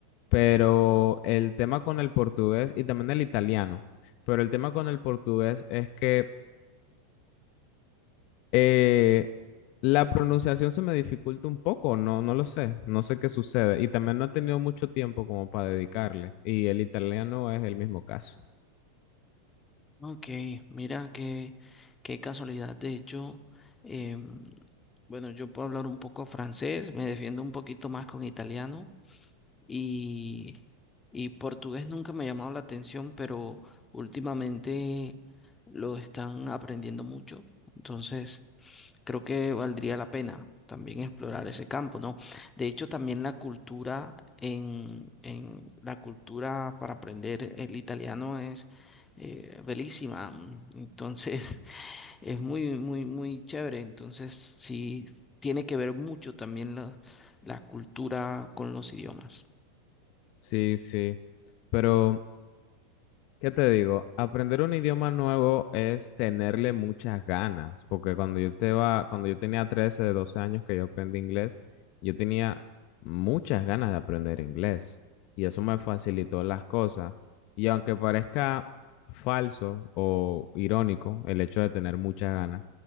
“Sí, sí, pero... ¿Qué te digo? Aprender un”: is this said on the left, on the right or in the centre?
Left